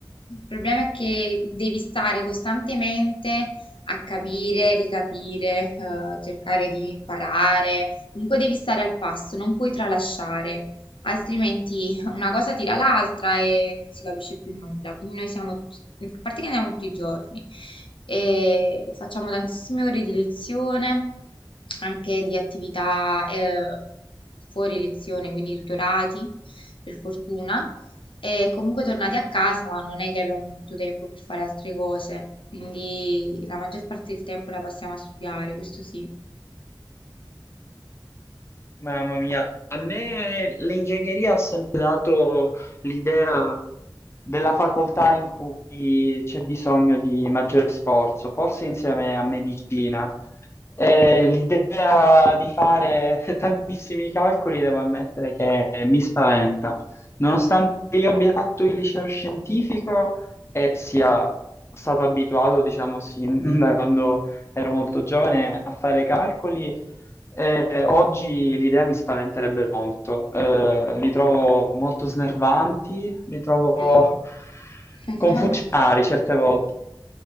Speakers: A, on the left; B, on the left.
A: il problema è che devi stare costantemente a capire, ricapire, eh, cercare di imparare, comunque devi stare al passo, non puoi tralasciare. Altrimenti una cosa tira l'altra e non si capisce più nulla. Quindi noi siamo, a parte che andiamo tutti i giorni, e facciamo tantissime ore di lezione, anche di attività eh, fuori lezione, quindi tutorati, per fortuna. E comunque tornati a casa non è che abbiamo molto tempo per fare altre cose, quindi la maggior parte del tempo la passiamo a studiare, questo sì.
B: <laughs> Mamma mia, a me l'ingegneria ha sempre dato l'idea della facoltà in cui c'è bisogno di maggiore sforzo, forse insieme a medicina. E l'idea di fare <laughs> tantissimi calcoli, devo ammettere che mi spaventa. Nonostante io abbia fatto il liceo scientifico e sia stato abituato, diciamo, sin <laughs> da quando ero molto giovane a fare calcoli, eh, oggi l'idea mi spaventerebbe molto, Eh, li trovo molto snervanti, li trovo
A: Sì, <laughs>
B: confusionari
A: esatto.
B: certe volte.